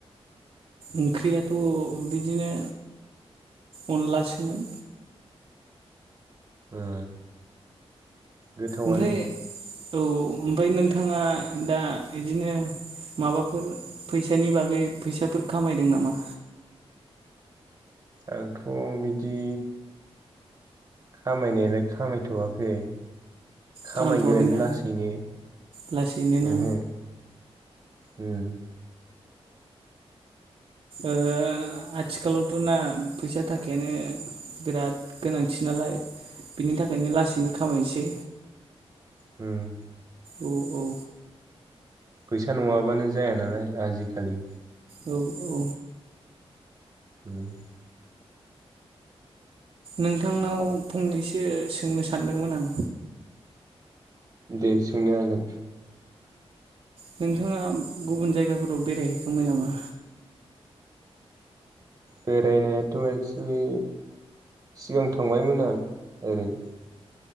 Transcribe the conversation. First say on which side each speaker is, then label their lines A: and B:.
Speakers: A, on the right; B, on the right.
A: ओंख्रियाथ' बिदिनो अनलासोमोन।
B: ओ गोथावआनो।
A: ओमफ्राय औ ओमफाय नोंथाङा दा बिदिनो माबाफोर फैसानि बागै फैसाफोर खामायदों नामा?
B: आंथ' बिदि, खामायनायालाय खामायथवाखै। खामायगोन
A: खालामथ'वाखैना
B: लासैनो
A: लासैनो ना
B: ओहो। ओम।
A: ओ-आथिखालावथ ना फैसा थाखायानो बिराद गोनांथि नालाय। बिनि थाखायनो लासैनो खामायनोसै।
B: ओम।
A: औ औ
B: फैसा नङाबानो जाया नालाय आजिखालि।
A: औ औ
B: उम
A: नोंथांनाव फंनैसो सोंनो सानदोंमोन आं।
B: दे सोंनो हागोन।
A: नोंथाङा गुबुन जायगाफोराव बेरायहैखांबाय नामा?
B: बेरायनायाथ' एक्सुलि सिगां थांबायमोन आं ओरै।